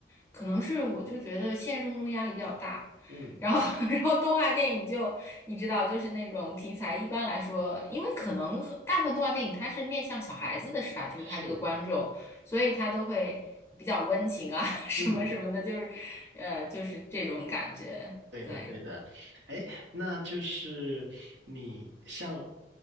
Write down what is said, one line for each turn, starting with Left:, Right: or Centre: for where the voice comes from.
Left: 可能是我就觉得现实生活中压力比较大，
Right: 嗯，
Left: 然后 <laughs> 然后动画电影就你知道，就是那种题材一般来说，因为可能很大部分动画电影它是面向小孩子的，是吧？就是它这个观众。
Right: 是，
Left: 所以他都会比较温情啊，<laughs> 什么什么的，
Right: 嗯，
Left: 就是，呃，就是这种感觉。
Right: 对的对的。
Left: 对。
Right: 哎，那就是你像